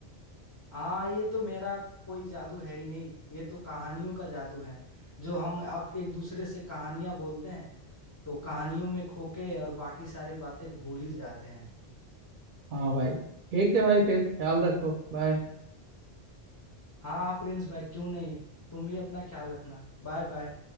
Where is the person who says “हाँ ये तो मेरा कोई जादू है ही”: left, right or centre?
Left